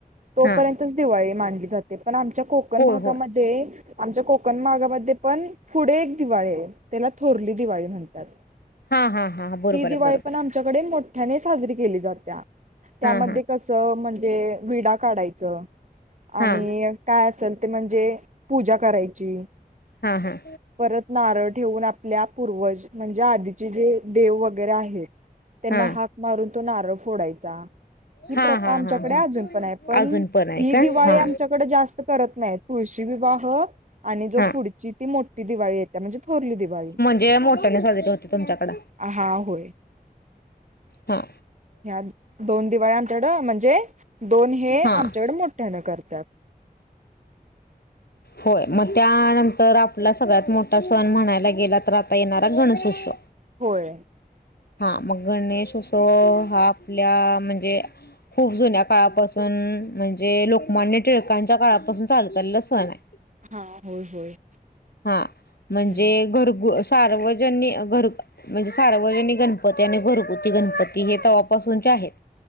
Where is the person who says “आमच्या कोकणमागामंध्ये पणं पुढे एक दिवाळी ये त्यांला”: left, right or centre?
Right